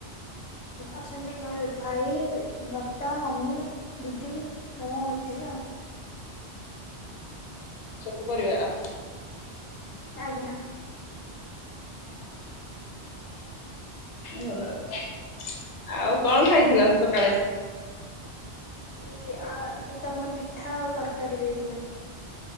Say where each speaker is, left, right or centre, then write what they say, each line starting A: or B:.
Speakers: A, on the left; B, on the left.
A: ଅଛନ୍ତି ଘରେ ଭାଇ, ବାପା, ମମି, ଦିଦି ମୁଁ ଏତିକି ଆଉ।
B: ଛୋଟ ପରିବାର?
A: ଆଜ୍ଞା।
B: ଭଲ କଥା। ଆଉ କଣ ଖାଇଥିଲ ସକାଳେ?
A: ଏ ଆ ଏବେ ତ ଆମର ପିଠା ଆଉ ତରକାରୀ ଦେଇଥିଲେ।